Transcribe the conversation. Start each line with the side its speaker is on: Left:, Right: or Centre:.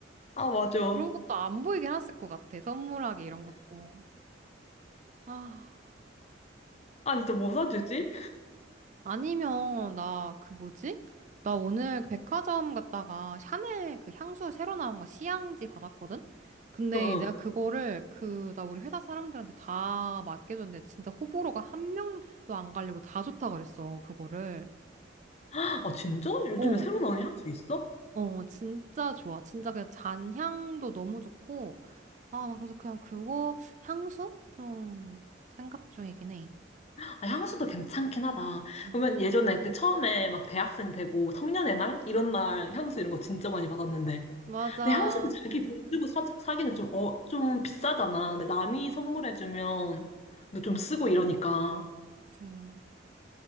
Left: 아, 맞아.
Right: 그런 것도 안 보이게 했을 것 같아. 선물하기 이런 것도. 아.
Left: 아, 진짜 뭐 사주지?
Right: 아니면 나 그 뭐지? 나 오늘 그 백화점 갔다가 샤넬 그 향수 새로 나온 거 시향지 받았거든? 근데
Left: <laughs> 응.
Right: 내가 그거를 그 나 우리 회사 사람들한테 다 맡겨줬는데 진짜 호불호가 한 명도 안 갈리고 다 좋다 그랬어 그거를
Left: 아, 진짜? 요즘에
Right: 어.
Left: 새로 나온 향수 있어?
Right: 어, 진짜 좋아. 진짜 그냥 잔향도 너무 좋고. 아, 나 그래서 그냥 그거 향수? 좀 생각 중이긴 해.
Left: 아, 향수도 괜찮긴 하다.
Right: 음.
Left: 그러면 예전에 그 처음에 막 대학생 되고 성년의 날? 이런 날 향수 이런 거 진짜 많이 받았는데.
Right: 맞아.
Left: 근데 항상 자기 돈 주고 사, 사기는 좀, 어, 좀 비싸잖아. 근데 남이 선물해주면, 근데 좀 쓰고 이러니까.
Right: 그치.